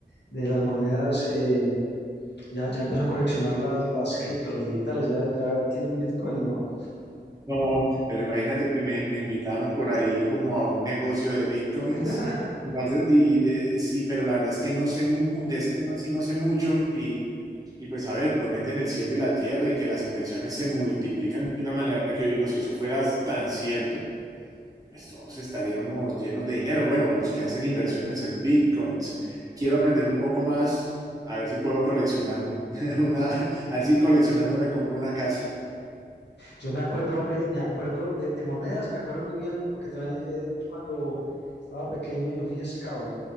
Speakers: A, on the left; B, on the right.
A: de las monedas, eh, ya, ya empezó a coleccionar las, las cripto, las digitales, ya, ya tiene un Bitcoin o no.
B: No, pero imagínate que me, me invitaron por ahí como a un negocio de bitcoins.
A: <laughs>
B: Me parece- y de- sí, pero la verdad es que no sé mu- de ese tema sí no sé mucho y, y pues a ver, prometen el cielo y la tierra y que las inversiones se multiplican de una manera que yo digo, si eso fuera tan cierto, pues todos estaríamos llenos de dinero. Bueno, los que hacen inversiones en bitcoins. Quiero aprender un poco más, a ver si puedo coleccionar <laughs> una, a ver si coleccionando me compro una casa.
A: Yo me acuerdo, hombre, me acuerdo de, de monedas, me acuerdo muy bien, porque también eh, cuando estaba pequeño yo fui scout